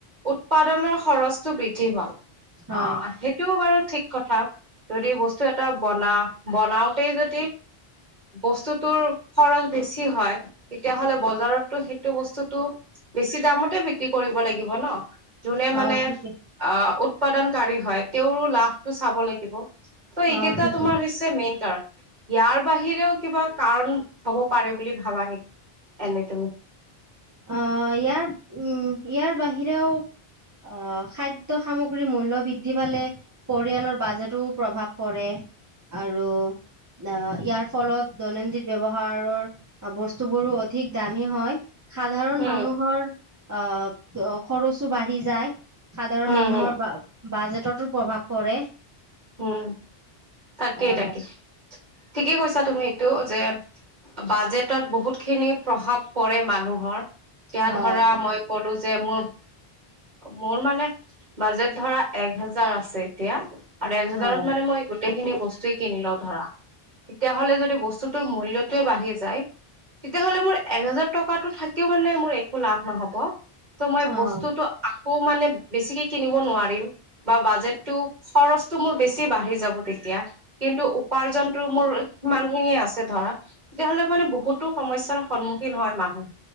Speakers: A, on the right; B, on the right.
A: উৎপাদনৰ খৰচটো বৃদ্ধি হোৱা। অ'
B: হয়
A: সেইটোও বাৰু ঠিক কথা যদি বস্তু এটা বনা, বনাওতে যদি বস্তুটোৰ খৰচ বেছি হয়, তেতিয়াহ'লে বজাৰতো সেই বস্তুটো বেছি দামতে বি বিক্ৰী কৰিব লাগিব ন, যোনে মানে
B: অ ঠিকে
A: অ' উৎপাদনকাৰী হয় তেওঁৰো লাভটো চাব লাগিব। ত' এইকেইটা
B: অ ঠিকে
A: তোমাৰ হৈছে মেইন কাৰণ। ইয়াৰ বাহিৰেও কিবা কাৰণ হব পাৰে বুলি ভাবা নেকি এনে তুমি?
B: আহ ইয়াৰ উম ইয়াৰ বাহিৰেও আহ খাদ্য সামগ্ৰীৰ মূল্য বৃদ্ধি পালে পৰিয়ালৰ বাজেটো প্ৰভাৱ পৰে, আৰু অ', ইয়াৰ ফলত দৈনন্দিন ব্যৱহাৰৰ অবস্তু বোৰো অধিক দামী হয়। সাধাৰণ
A: হম
B: মানুহৰ অহ, অ', খৰচো বাঢ়ি যায়। সাধাৰণ
A: হম
B: মানুহৰ
A: হম
B: বা বাজেটতো প্ৰভাৱ পৰে।
A: উম, তাকেই
B: আহ
A: তাকে ঠিকেই কৈছা তুমি। তো যে বাজেটত বহুত খিনি প্ৰভাৱ পৰে মানুহ ধৰ তেতিয়া
B: হয়
A: ধৰা মই ক'লো যে মোৰ মোৰ মানে বাজেট ধৰা এক হেজাৰ আছে এতিয়া। আৰু এক হজাৰত
B: হয়
A: মানে মই গোটেই খিনি বস্তুয়ে কিনি লওঁ ধৰা তেতিয়া হ'লে যদি বস বস্তুটোৰ মূল্যটোৱে বাঢ়িছে। যায় তেতিয়াহ'লে মোৰ এক হোজাৰ টকাতো থাকিও মানে মোৰ একো লাভ নহ'ব। ত' মই
B: অ',
A: বস্তুটো আকৌ মানে বেছিকে নোৱাৰিম, বা বাজেটো খৰচটো মোৰ বেছি বাঢ়ি যাব তেতিয়া, কিন্তু উপাৰ্জনটো মোৰ সমান খিনিয়ে আছে ধৰা। তেতিয়াহ'লে মানে বহুতো সমস্যাৰ <unintelligible> হয় মানহ